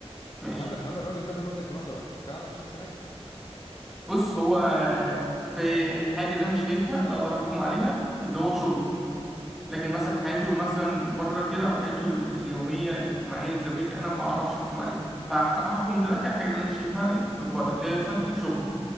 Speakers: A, in the centre; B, on the left.
A: ماشي
B: هل هل الراجل ده من وجهة نظرك فعلا شخص ناجح؟
A: بص هو في الحاجه اللي انا شايفها اللي اقدر احكم عليها اللي هو شغله لكن مثلا حياته مثلا بره كده او حياته اليوميه الاجتماعيه الزوجيه كده، انا ما اعرفش احكم عليها فهحكم دلوقتي على الحاجه اللي انا شايفها ايه من بره اللي هي مثلا ايه شغله